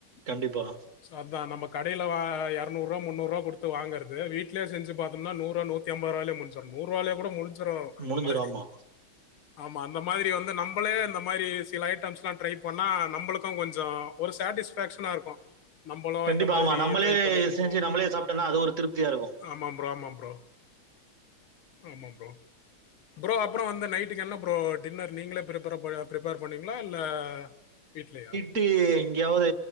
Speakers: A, on the right (about 40°); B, on the left (about 80°).
A: கண்டிப்பா
B: சோ அதா நம்ப கடயில வா எறநூறு ரூவா முன்னூறு ரூபா குடுத்து வாங்குரது வீ்ட்லையே செஞ்சு பாத்தோம்ன்னா நூறு ரூபா நூத்தி அம்பது ரூவாயிலே முடிச்சு நூறு ருவாயிலே கூட முடிஞ்சுறு அந்த
A: முடிஞ்சிரும்.
B: மாதிரி
A: ஆமா.
B: ஆமா அந்த மாதிரி வந்து நம்பளே அந்த மாதிரி சில ஐட்டம்ஸ் எல்லா ட்ரை பண்ணா நம்பளுக்கு கொஞ்சோ ஒரு சேட்டிஸ்ஃபக்ஷனா இருக்கு நம்பலு
A: கண்டிப்பா.
B: இந்த மாதிரி
A: ஆமா. நம்மளே
B: ட்ரை பண்ணிருக்கோ
A: செஞ்சு நம்மளே சாப்பிட்டோம்னா அது ஒரு திருப்தியா இருக்கும்.
B: ஆமா ப்ரோ ஆமா ப்ரோ ஆமா ப்ரோ ப்ரோ அப்புறோ வந்து நைட்டுக்கு என்ன ப்ரோ டின்னர் நீங்களே பிரிப்பேர்பர ப்ரிப்பேர் பண்ணுவிங்ளா இல்ல வீட்லயா
A: ட்டி எங்கேயாவது